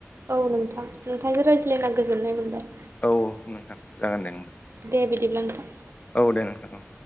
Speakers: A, on the right; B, on the left.
A: औ नोंथां नोंथांजों रायज्लायना गोजोननाय मोनबाय।
B: औ नोंथां जागोन दे नोंथां।
A: दे बिदिब्ला नोंथां।
B: औ दे नोंथां औ।